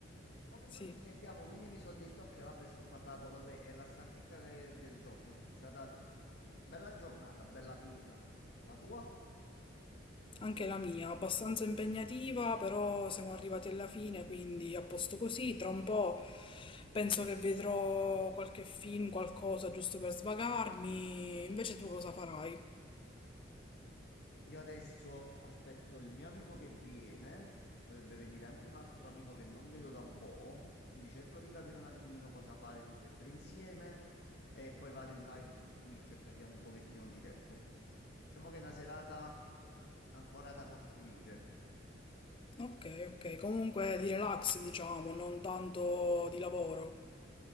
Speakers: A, on the left (about 60°); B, on the left (about 25°).
A: un po' che
B: Sì,
A: non ci sentiamo, quindi mi sono detto che vabbè, sto parlando con lei. È la stanchezza de- del giorno. È stata bella giornata, bella piena. La tua?
B: anche la mia, abbastanza impegnativa, però siamo arrivati alla fine, quindi a posto così. Tra un po' penso che vedrò qualche film, qualcosa giusto per svagarmi. Invece tu cosa farai?
A: Io adesso aspetto il mio amico che viene, dovrebbe venire anche un altro amico che non vedo da un po', quindi cerco di capire un attimino cosa fare tutte e tre insieme e poi vado in live su Twitch e perdiamo un pochettino di tempo. Diciamo che è una serata ancora da costruire.
B: Ok, ok, comunque di relax, diciamo, non tanto di lavoro.